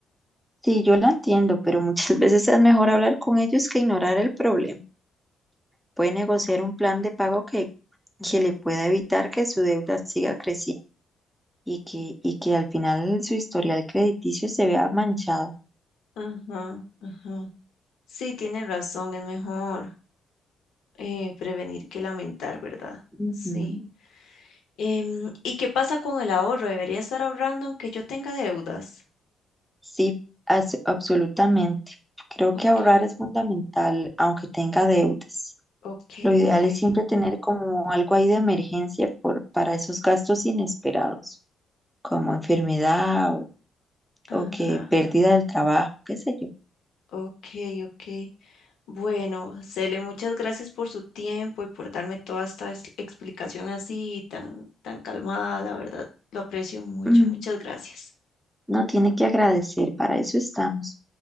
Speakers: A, in the centre; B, on the left (about 75°).
A: Sí, yo la entiendo, pero muchas <laughs> veces es mejor hablar con ellos que ignorar el problema. Puede negociar un plan de pago que, que le pueda evitar que su deuda siga creciendo y que, y que al final su historial crediticio se vea manchado.
B: Ajá, ajá. Sí, tiene razón, es mejor eh, prevenir que lamentar, ¿verdad?
A: Ujú.
B: Sí. Em, ¿y qué pasa con el ahorro? ¿Debería estar ahorrando aunque yo tenga deudas?
A: Sí, as- absolutamente. Creo
B: Ok,
A: que ahorrar es fundamental, aunque tenga deudas.
B: ok,
A: Lo ideal
B: ok.
A: es siempre tener como algo ahí de emergencia por, para esos gastos inesperados, como
B: o-
A: enfermedad o,
B: Ajá,
A: o que pérdida del trabajo, qué sé yo.
B: ok, ok. Bueno, Cele, muchas gracias por su tiempo y por darme toda esta es- explicación así tan, tan calmada, la verdad, lo aprecio mucho.
A: Mm,
B: Muchas gracias.
A: no tiene que agradecer, para eso estamos.